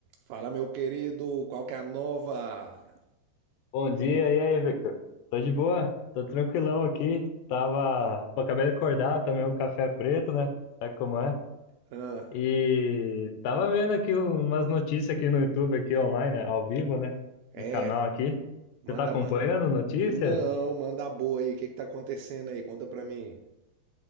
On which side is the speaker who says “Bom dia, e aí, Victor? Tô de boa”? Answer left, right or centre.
Left